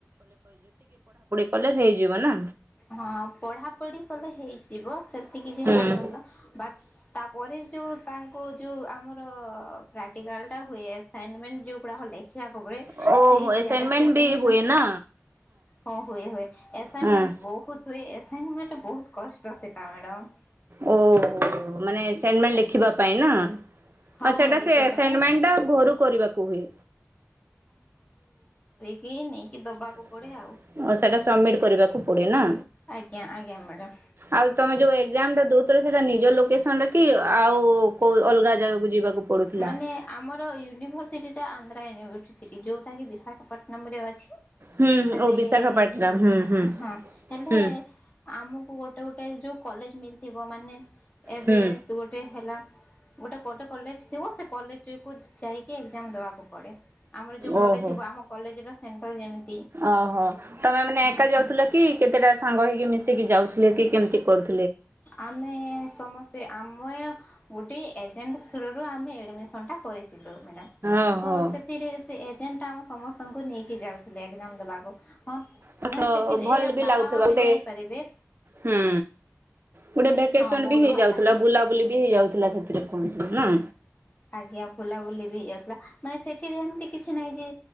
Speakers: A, on the right; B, on the left.
A: କଲେ ହେଇଯିବ ନା
B: ହଁ ପଢାପଢି କଲେ ହେଇଯିବ। ସେତି କିଛି
A: ହୁଁ।
B: ହାଡ୍ ନଥିଲା ବାକି ତାପରେ ଯେଉଁ ତାଙ୍କୁ ଯେଉଁ ଆମର ପ୍ରାକ୍ଟିକାଲ ଟା ହୁଏ। ଆସାଇନମେଣ୍ଟ ଯେଉଁଗୁଡ଼ା ହେଲେ। ଆକୁ ହୁଏ
A: ଓହୋ
B: ସେଇ
A: ଆସାଇନମେଣ୍ଟ
B: ସେଇ
A: ବି
B: ଜିନିଷ
A: ହୁଏ ନା
B: ହଁ ହୁଏ ହୁଏ ଆସାଇନମେଣ୍ଟ
A: ହଁ
B: ବହୁତ ହୁଏ ଏଟା ବହୁତ କଷ୍ଟ ସେଟା ମ୍ୟାଡ଼ାମ।
A: ଓ ମାନେ ସେଣ୍ଡ ମେ ଲେଖିବା
B: ଆଜ୍ଞା
A: ପାଇଁ ନା
B: ହଁ
A: ସେଟାସେ
B: ହଁ ଲେଖିବାଟା
A: ସେଣ୍ଟ
B: ମାନେ
A: ମେଟ ଟା ଘରୁ କରିବାକୁ ହୁଏ।
B: କିଇ ନେଇକି ଦବାକୁ
A: ଓ
B: ପଡ଼େ ଆଉ।
A: ସେଇଟା ସବମିଟ କରିବାକୁ ପଡେ ନା।
B: ଆଜ୍ଞା ଆଜ୍ଞା ମ୍ୟାଡ଼ାମ
A: ଆଉ ତମେ ଯୋଉ ଏକଜାମ ଟା ଦଉଥିଲ ସେଟା ନିଜ ଲୋକେସନ ରେ କି? ଆଉ କୋଉ ଅଲଗା ଜାଗା ଯିବାକୁ ପଡୁଥିଲା
B: ମାନେ ଆମର ୟୁନିଭରସିଟି ଟା ଆନ୍ଧ୍ରା ୟୁନିଭରସିଟି। ଯଉଟା କି ବିଶାଖାପଟନମ ରେ ଅଛି।
A: ହୁଁ
B: ହେଲେ
A: ଓ ବିଶାଖାପାଟନମ୍ ହୁଁ ହୁଁ
B: ହଁ ହେଲେ
A: ହୁଁ।
B: ଆମକୁ ଗୋଟେ ଗୋଟେ ଯେଉଁ କଲେଜ ମିଲ୍ଥିବ ମାନେ ଏବେ
A: ହୁଁ
B: ଗୋଟେ ହେଲା ଗୋଟେ କୋଟେ କଲେଜ ସେ କଲେଜକୁ ଯାଇ ଏଜାମ ଦବାକୁ ପଡେ। ଆମର ଯୋଉ
A: ଓହୋ
B: କଲେଜ ଥିବ ଆମ କଲେଜ ର ସେଣ୍ଟ୍ର ଯେମିତି
A: ଓହୋ ତମେ ମାନେ
B: ହଁ
A: ଏକା
B: ସେମିତି।
A: ଯାଉଥିଲ କି କେତେଟା ସାଙ୍ଗ ହେଇକି ମିଶେଇିକି ଯାଉଥିଲ। କି କେମିତି କରୁ
B: ଆମେ ସମସ୍ତେ ଆ ଆମ ଗୋଟେ ଏଜେଣ୍ଟ ଥରୋ ରୁ ଆମେ ଆଡମିଶନ୍ କରିଥିଲୁ ମ
A: ଓହୋ
B: ତ ସେଥିରେ ଯେନ୍ତା ଆମ ସମସ୍ତଙ୍କୁ ନେଇକି ଯାଉଥିଲେ ଏକ୍ଜାମ ଦେବାକୁ। ହଁ
A: ତ
B: ମାନେ ସେଠରେ
A: ଭଲ
B: ଏ
A: ବି
B: ବାପା
A: ଲାଗୁଥିବ
B: ମା ବି
A: ଗୋଟେ
B: ଯାଇପାରିବେ।
A: ହୁଁ ଗୋଟେ ଭେକେସନ
B: ହଁ ବହୁତ
A: ବି ହେଇଯାଉଥିଲା
B: ଭଲ ଲାଗେ
A: ବୁଲାବୁଲି ବି ହେଇଯାଉଥିଲା। ସେ ନା
B: ଆଜ୍ଞା ବୁଲାବୁଲି ବି ହେଇଯାଉଥିଲା। ମାନେ ସେଠିରେ ଏମତି କିଛି ନାହିଁ ଯେ